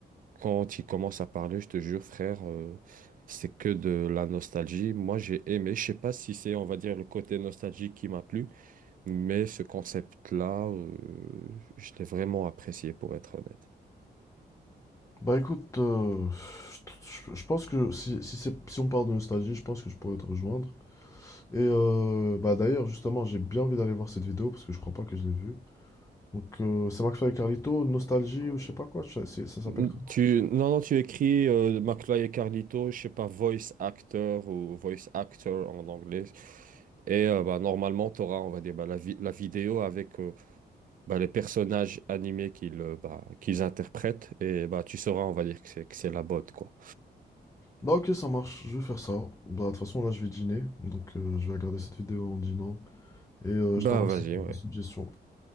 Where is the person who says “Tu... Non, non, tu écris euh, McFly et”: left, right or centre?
Right